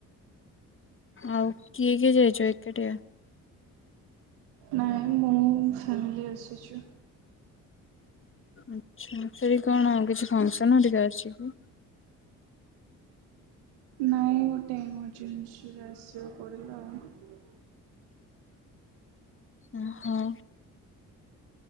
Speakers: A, on the left; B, on the right.
A: ଆଉ କିଏ କିଏ ଯାଇଛ ଏକାଟିଆ।
B: ନାଇଁ ମୁଁ ଫ୍ୟାମିଲି ଆସିଛୁ।
A: ଆଛା ସେଠ କଣ ଆଉ କିଛି ଫଙ୍କସନ ଅଧିକା ଅଛି କି।
B: ନାଇଁଗୋଟେ ଏମର୍ଜେନ୍ସି ରେ ଆସିବା ପଡିଲା ଆଉ।
A: ଓ ହଁ।